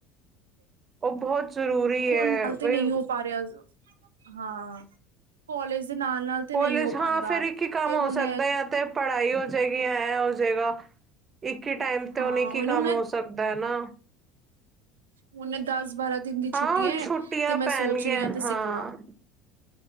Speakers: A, on the right; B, on the right.
A: ਉਹ ਬਹੁਤ ਜ਼ਰੂਰੀ।
B: ਦੇਖੋ
A: ਹੈ
B: ਹੁਣ ਕੱਲ ਤੇ
A: ਬਈ
B: ਨਹੀਂ ਹੋ ਪਾ ਰਿਹਾ ਸੀ। ਹਾਂ ਕੋਲਾਜ ਦੇ ਨਾਲ ਨਾਲ। ਤੇ
A: ਕੋਲੇਜ
B: ਨਹੀਂ ਹੋ
A: ਹਾਂ
B: ਪਾਉਂਦਾ
A: ਫੇਰ ਇੱਕ ਹੀ ਕੰਮ
B: ਤੇ
A: ਹੋ
B: ਹੁਣ
A: ਸਕਦਾ‌ ਜਾ ਤੇ ਪੜ੍ਹਾਈ ਹੋ ਜਾਏਗੀ ਜਾਂ ਐ ਹੋ ਜਾਏਗਾ ਇੱਕ ਹੀ ਟਾਈਮ ਤੇ
B: ਹਾਂ
A: ਹੁਣ ਇੱਕ
B: ਉਹੀ
A: ਹੀ ਕੰਮ
B: ਨਾ ਹੁਣ
A: ਹੋ ਸਕਦਾ <unintelligible>
B: ਹੁਣ ਦਸ ਬਾਰਾਂ ਦਿਨ ਦੀ ਛੁੱਟੀਆ
A: ਹਾਂ ਹੁਣ ਛੁੱਟੀਆਂ
B: ਤੇ ਮੈਂ
A: ਪੈਣਗੀਆਂ
B: ਸੋਚ ਰਹੀ ਆ ਤੇ
A: ਹਾਂ
B: ਸਿੱਖ ਲਾਂ